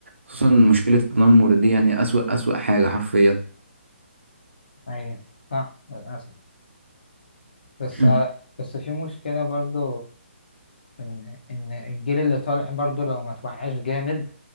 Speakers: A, on the right; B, on the left.
A: خصوصا مشكلة التنمر دي يعني أسوأ أسوأ حاجة حرفيا
B: ايوه صح للاسف بس
A: <clears throat>
B: بس في مشكله برضو ان ان الجيل اللي طالع برضو لو ما توعاش جامد